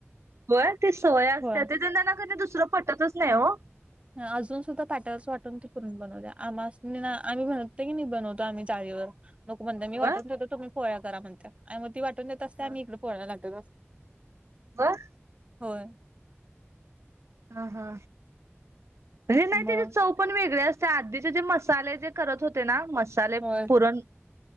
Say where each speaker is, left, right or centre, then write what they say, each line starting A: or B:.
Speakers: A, on the right; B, on the right.
A: होय ते सवय असतिया
B: होय.
A: ते त्यांना कधि दुसरं पटतच नाही हो.
B: अजून सुद्धा पाट्यावरच वाटून ती पुरण बनवतीया आमासणी ना आम्ही म्हणतो की बनवतो आम्ही चाळीवर नको म्हणतीया मी
A: होय.
B: वाटून ठेवतो तुम्ही पोळ्या करा म्हणतीया आणि मग वाटून देते असतिया
A: हा
B: आ पोळ्या लाटतं बस.
A: बरं
B: होय
A: हा हा अे नाही
B: मग
A: त्याचि चव पण वेगळी असतीया आधीचे जे मसाले जे करत होते ना मसाले
B: होय
A: पुरण